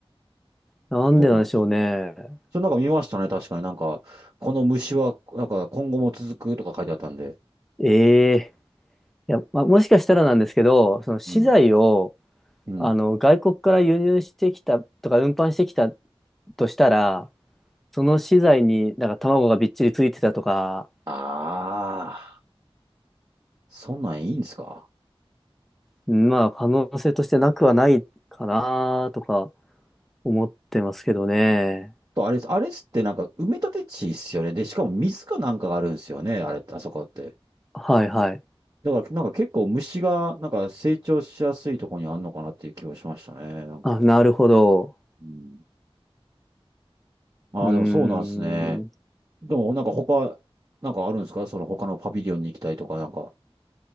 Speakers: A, in the centre; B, on the right.
A: なんでなんでしょうね。
B: うなんですね。それなんか見ましたね。確かになんか、この虫は、なんか今後も続くとか書いてあったんで。
A: ええいや、まあ、もしかしたらなんですけど、その資材を、
B: うん。うん。
A: あの、外国から輸入してきたとか、運搬してきたとしたら、その資材になんか卵がびっちりついてたとか、
B: ああ、そんなんいいんですか
A: まあ、可能性としてなくはないかなとか思ってますけどね。
B: と、あれ、あれっすってなんか埋め立て地っすよね。で、しかも水かなんかがあるんですよね。あれ、あそこって。
A: はいはい。
B: だから、なんか結構虫が、なんか成長しやすいところにあんのかなっていう気はしましたね。なんか。
A: あ、なるほど。
B: うん。ああ、
A: うーん、
B: でもそうなんですね。
A: う
B: でも、なんか他、なんかあるんですかその他のパビリオンに行きたいとか、なんか